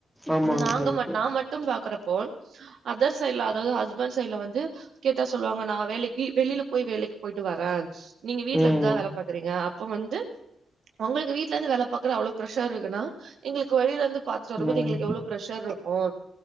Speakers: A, in the centre; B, on the right (about 70°).
A: ஆமா
B: இது
A: ஆமா
B: நாங்க
A: இப்ப
B: ம நா மட்டு பாக்குறப்போ அதர் சைட்ல அதாவது ஹஸ்பண்ட் சைட்ல வந்து கேட்டா சொல்லுவாங்க நா வேலைக்கு வெளியில போய் வேலைக்கு போயிட்டு வர நீங்க வீட்ல
A: ம்
B: இருந்துதா வேல பாக்குறீங்க அப்ப வந்து உங்களுக்கு வீட்ல இருந்து வேல பாக்குறது அவ்ளோ பிரஷர் இருக்குன்னா எங்களுக்கு வழியில இருந்து பாத்துட்டு வரும்போது
A: ம்
B: எங்களுக்கு எவ்ளோ பிரஷர் இருக்கு